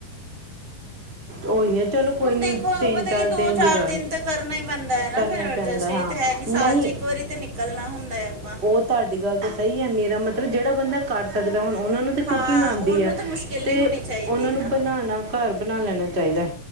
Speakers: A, on the right (about 20°); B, on the right (about 35°).
A: ਉਹੀ ਹੈ ਚਲੋ ਕੋਈ
B: ਹੁਣ
A: ਨੀ
B: ਦੇਖੋ
A: ਤਿੰਨ
B: ਪਤਾ,
A: ਚਾਰ
B: ਕੀ
A: ਦਿਨ
B: ਦੋ- ਚਾਰ
A: ਦੀ ਗੱਲ
B: ਦਿਨ ਤਾਂ ਕਰਨਾ ਹੀ ਪੈਂਦਾ ਹੈ ਨਾ
A: ਕਰਨਾ
B: ਫੇਰ
A: ਹੀ
B: ਅਡਜਸਟ
A: ਪੈਂਦਾ ਹਾਂ
B: ਹੈ।
A: ਨਹੀਂ
B: ਸਾਲ ਚ' ਇੱਕ ਵਾਰੀ ਤੇ ਨਿਕਲਣਾ ਹੁੰਦਾ ਹੈ ਆਪਾਂ।
A: ਉਹ ਤੁਹਾਡੀ ਗੱਲ ਤਾਂ ਸਹੀ ਹੈ, ਮੇਰਾ ਮਤਲਬ ਜਿਹੜਾ ਬੰਦਾ ਕਰ ਸਕਦਾ ਹੁਣ ਉਹਨਾਂ ਨੂੰ
B: ਹਾਂ
A: ਕੁਕਿੰਗ ਆਉਂਦੀ
B: ਉਹਨੂੰ
A: ਹੈ।
B: ਤਾਂ ਮੁਸ਼ਕਿਲ
A: ਤੇ
B: ਨਹੀਂ ਹੋਣੀ ਚਾਹੀਦੀ
A: ਉਹਨਾਂ ਨੂੰ
B: ਹਾਂ
A: ਬਣਾਣਾ ਘਰ ਬਣਾ ਲੈਣਾ ਚਾਹੀਦਾ।